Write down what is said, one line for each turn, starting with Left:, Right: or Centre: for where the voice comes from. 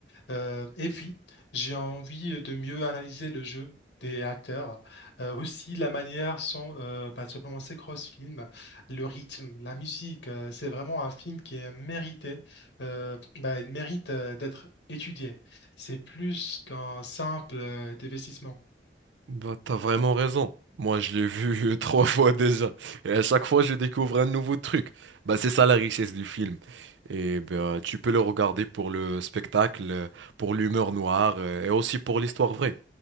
Left: Euh, et puis, j'ai envie euh, de mieux analyser le jeu des acteurs, Euh, aussi la manière sont, euh, bah, simplement ces cross-films, le rythme, la musique. euh, c'est vraiment un film qui est mérité, euh, bah, il mérite euh, d'être étudié. C'est plus qu'un simple euh, investissement.
Right: Bah, t'as vraiment raison. Moi, je l'ai vu <laughs> trois fois déjà. Et à chaque fois, je découvre un nouveau truc. Bah, c'est ça la richesse du film. Et bah, tu peux le regarder pour le spectacle, pour l'humeur noire euh, et aussi pour l'histoire vraie.